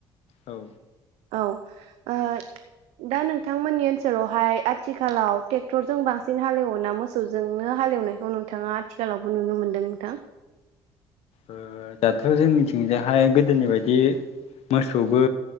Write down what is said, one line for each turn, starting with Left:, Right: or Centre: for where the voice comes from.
Left: औ।
Right: औ ओ दा नोंथांमोननि ओनसोलावहाय आथिखालाव टेक्स क्टरजों बांसिन हाल एवोना मोसौजोंनो हालेवनायखौ नोंथाङा आथिखालावबो नुनो मोनदों नोंथां?
Left: ओ दाथ' जोंनिथिंजायहाय गोदोनि बायदि मोसौबो